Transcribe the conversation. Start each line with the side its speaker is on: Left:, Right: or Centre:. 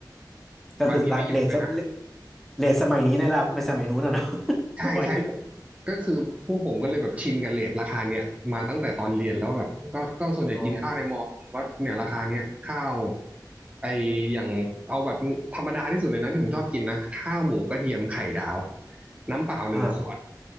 Centre: ก็คือราคาเรทส
Right: บางทีไม่อยู่ด้วยนะ
Centre: เรทสมัยนี้ในราคาไม่สมัยนู้นนะเนาะ <laughs>
Right: ใช่ใช่ผม
Centre: ร้อยหนึ่ง
Right: ก็คือพวกผมก็เลยแบบชินกับเรทราคาเนี้ยมาตั้งแต่ตอนเรียนแล้วแบบก็ก็ส่วนใหญ่กินข้าวในมอผมก็เนี่ยราคาเนี้ยข้าว
Centre: อมอ๋อ
Right: ไออย่างเอาแบบธรรมดาที่สุดเลยนะที่ผมชอบกินนะข้าวหมูกระเทียมไข่ดาวน้ำเปล่าหนึ่งขวด
Centre: อ่า